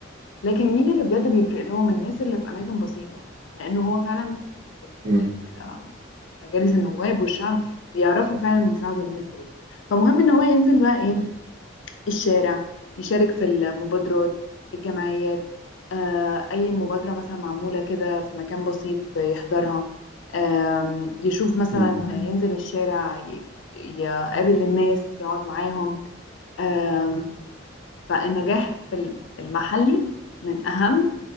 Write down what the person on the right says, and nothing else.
مم.
مم.
مم.